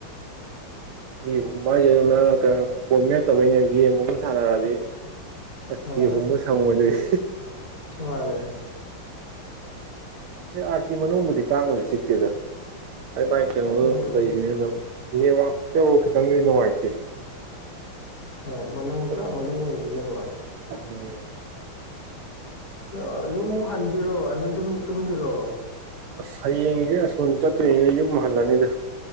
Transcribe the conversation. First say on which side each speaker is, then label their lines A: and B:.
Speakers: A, on the right; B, on the left.
A: ꯐꯤ ꯍꯨꯝꯕ ꯍꯥꯏꯖ‌ꯦ ꯅꯪ ꯀ ꯐꯣꯟ ꯃꯦꯟꯇꯕꯩꯅꯦ ꯒ‌ꯦꯝꯒꯨꯝꯕ ꯁꯥꯟꯅꯔꯛꯗꯤ ꯑꯁ
B: ꯍꯣꯏ
A: ꯐꯤ ꯍꯨꯝꯕ ꯁꯪꯉ‌ꯣꯏꯗꯩꯟ
B: ꯃꯥꯅꯦ
A: ꯑꯦ ꯑꯥꯔꯇꯤ ꯃꯅꯨꯡꯕꯨꯗꯤ ꯀꯥꯡꯕꯨꯗꯤ ꯆꯤꯛꯇꯦꯗ ꯍꯥꯏ ꯃꯥꯏ ꯀꯩꯅꯣꯗꯣ
B: ꯎꯝ
A: ꯂꯩꯕꯅꯤꯅ ꯗꯨꯝ ꯅꯦꯠꯋꯥꯛꯇ‌ꯣ ꯈꯤꯇꯪꯗꯤ ꯅꯨꯡꯉꯥꯏꯇꯦ
B: ꯍꯣꯏ ꯃꯅꯨꯡ ꯄꯨꯔꯥ
A: ꯑꯗꯨ
B: ꯃꯅꯨꯡ ꯑꯣꯏꯕꯅꯤꯅꯀꯣ
A: ꯎꯝ
B: ꯑꯥ ꯌꯨꯝꯃꯨꯛ ꯍꯟꯗꯨꯏꯔꯣ ꯑꯗꯨꯗꯨꯝ ꯇꯨꯝꯗꯨꯏꯔꯣ
A: ꯑꯁ ꯍꯌꯦꯡꯁꯦ ꯑꯁꯣꯝ ꯆꯠꯇꯣꯏꯅꯤꯅ ꯌꯨꯝ ꯍꯜꯂꯅꯤꯗ